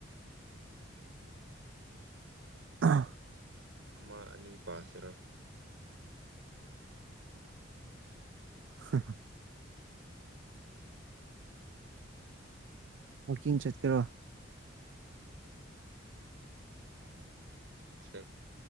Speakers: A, on the right; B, on the right.
A: ꯑ
B: ꯑꯃꯥ ꯑꯅꯤ ꯄꯥꯁꯤꯔ?
A: ꯍ ꯋꯥꯛꯀꯤꯡ ꯆꯠꯀꯦꯔꯥ?
B: ꯆꯠ